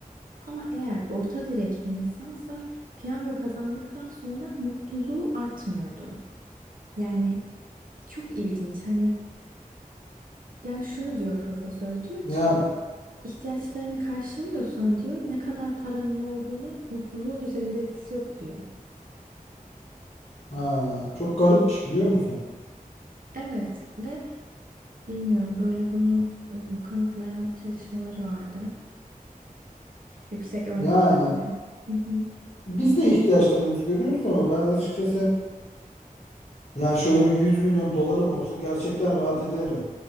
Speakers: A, on the right; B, on the left.
A: Ama eğer orta direk bir insansa piyango kazandıktan sonra mutluluğu artmıyordu. Yani çok ilginç hani yani şunu diyor profesör diyor
B: yani
A: ki ihtiyaçlarını karşılıyorsan diyor ne kadar paranın olduğunun mutluluğun üzerinde etkisi yok diyor.
B: ha, çok garipmiş biliyor musun?
A: Evet ve bilmiyorum böyle bunu e, kanıtlayan çalışmaları vardı. Yüksek örneklemli.
B: Yani
A: Hı hı.
B: Biz de ihtiyaçlarımızı görüyoruz ama ben açıkçası yani şöyle bir 100 milyon dolarım olsa gerçekten rahat ederim.